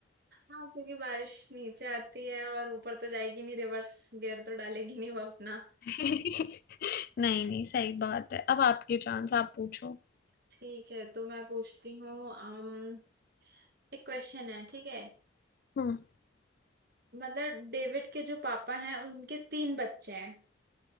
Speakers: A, on the right (about 50°); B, on the left (about 50°).
A: क्योंकि बारिश नीचे आती है और ऊपर तो जाएगी नहीं रिवर्स गियर तो डालेगी नहीं वो अपना
B: <laughs> नहीं नहीं सही बात है अब आपकी चांस आप पूछो
A: ठीक है तो मैं पूछती हूँ अम, एक क्वेश्चन है ठीक है
B: हम्म
A: मतलब डेविड के जो पापा हैं उनके तीन बच्चे हैं